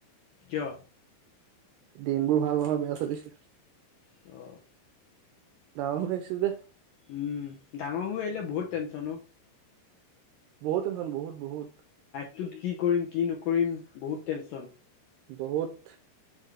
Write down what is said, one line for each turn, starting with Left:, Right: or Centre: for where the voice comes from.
Left: কিয়?
Right: দিনবোৰ ভাল নহয় বেয়া চলিছে
Left: অ
Right: ডাঙৰ হৈ আহিছোঁ যে
Left: উম ডাঙৰ হৈ আহিলে, বহুত টেনছন ন
Right: বহুত টেনচন বহুত বহুত
Left: ত কি কৰিম কি নকৰিম বহুত টেনচন।
Right: বহুত